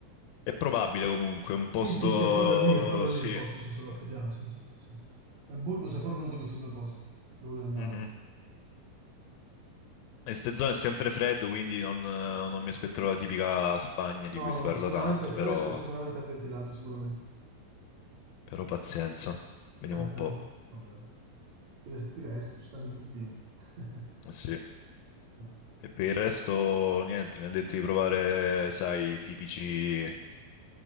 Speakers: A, on the left (about 80°); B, on the right (about 75°).
A: È probabile comunque, un
B: Sì,
A: posto,
B: sì, sì, è proprio lì, è proprio
A: sì,
B: lì il posto, sì, sull'altopiano, sì, sì, sì. E Burgos è proprio uno di questi due posti dove andavo.
A: mhm. E ste zone è sempre freddo, quindi non, non mi aspetterò la tipica Spagna di
B: No,
A: cui
B: no,
A: si
B: no,
A: parla
B: sicuramente
A: tanto,
B: è fresco,
A: però,
B: sicuramente è ventilato, sicuramente.
A: però pazienza, vediamo
B: Eh, vabbè,
A: un po'.
B: oh, vabbè. oh. Ti vesti, ti vesti, ci stanno i giubbini. <laughs>
A: Sì.
B: Eh,
A: E per il resto, niente, mi hanno detto di provare, sai, i tipici,